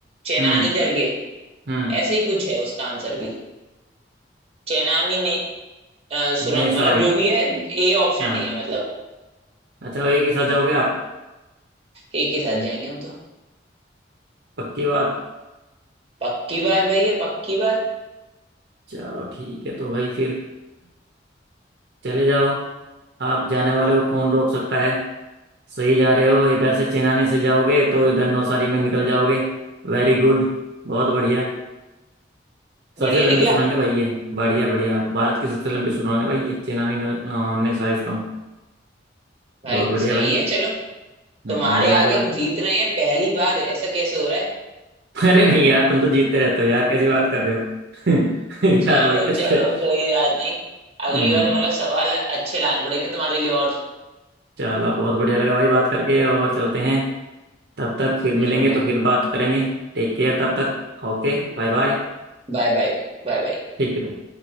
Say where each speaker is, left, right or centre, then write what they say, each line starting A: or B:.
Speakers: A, on the right (about 35°); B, on the right (about 60°).
A: चेनानी
B: हम्म
A: करके
B: हम्म
A: ऐसा ही कुछ है उसका आंसर भी चेनानी ने अ, सुरंग
B: ने सारी
A: मतलब जो भी है ए ऑप्शन
B: हाँ
A: ही है मतलब
B: अच्छा एक ही साथ जाओगे आप
A: ए के साथ जाएंगे हम तो
B: पक्की बात
A: पक्की बात भाई ये पक्की बात
B: चलो ठीक है तो भाई फिर चले जाओ आप जाने वाले को कौन रोक सकता है सही जा रहे हो इधर से चेनानी से जाओगे तो इधर नौसारी में निकल जाओगे Very good बहुत बढ़िया सबसे
A: बढ़िया
B: लंबी
A: निकला
B: सुरंग है भाई ये बढ़िया बढ़िया भारत की सबसे लंबी सुरंग है भाई ये चेनानी नौ- अ, ने सारी सुरंग
A: भाई
B: बहुत बढ़िया
A: सही
B: भाई
A: है चलो
B: हम्म,
A: तुम्हारे
B: मजा
A: आगे
B: आ गया भाई
A: हम जीत रहे हैं पहली बार ऐसा कैसे हो रहा है
B: <laughs> अरे नहीं यार तुम तो जीतते रहते हो यार कैसी बात कर रहे हो <laughs>
A: चलो
B: यार भाई कैसे
A: चलो कोई बात नहीं अगली
B: हम्म
A: बार मतलब सवाल अच्छे लाने पड़ेंगे तुम्हारे लिए और
B: चलो बहुत बढ़िया लगा भाई बात करके और चलते हैं तब तक फिर मिलेंगे
A: बिल्कुल बिल्कुल
B: तो फिर बात करेंगे टेक केयर तब तक Okay bye bye
A: Bye bye Bye bye
B: ठीक है भाई।